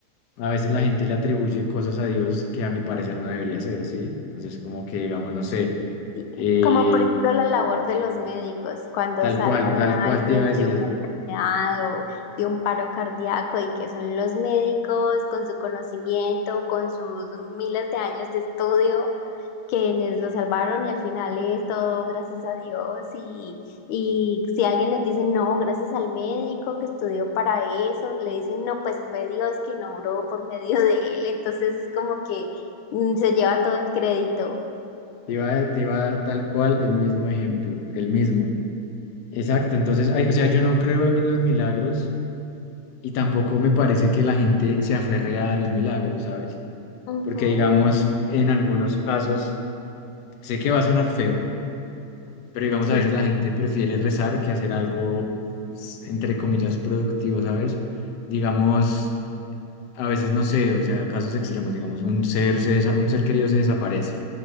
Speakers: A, on the left; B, on the left.
A: a veces la gente le atribuye cosas a Dios que a mi parecer no debería ser, ¿sí? Entonces como que digamos, no sé,
B: Sí,
A: eh,
B: como por ejemplo la labor de los médicos cuando
A: tal
B: salvan
A: cual, tal
B: a
A: cual
B: alguien
A: te iba a decir
B: de
A: eso.
B: una enfermedad o de un paro cardíaco y que son los médicos con su conocimiento, con sus miles de años de estudio, quienes lo salvaron y al final es todo gracias a Dios y, y si alguien les dice no, gracias al médico que estudió para eso, le dicen no, pues fue Dios quien obró por medio de él, entonces es como que mm, se lleva todo el crédito.
A: Te iba a- te iba a dar tal cual el mismo ejemplo, el mismo. Exacto, entonces, ay, o sea, yo no creo en los milagros Y tampoco me parece que la gente se aferre a los milagros, ¿sabes?
B: Ujú,
A: Porque digamos, en algunos casos, sé que va a sonar feo, pero digamos,
B: Sí.
A: a veces la gente prefiere rezar que hacer algo, pues, entre comillas, productivo, ¿sabes? Digamos, a veces no sé, o sea, casos extremos, digamos, un ser, se desa- un ser querido se desaparece.